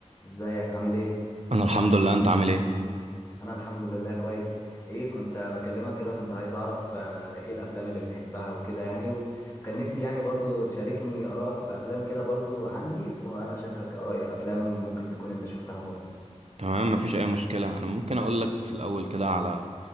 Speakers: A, on the left; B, on the right.
A: ازيك عامل ايه
B: انا الحمد لله انت عامل ايه
A: انا الحمد لله كويس ايه كنت بكلمك كده كنت عايز اعرف آه، ايه الافلام اللي بتحبها وكده يعني وكان نفسي يعني برضو تشاركني ارائك في افلام كده برضو عندي وانا اشاركك ارائي في افلام ممكن تكون انت شفتها برضو
B: تمام مفيش اي مشكله انا ممكن اقول لك في الاول كده على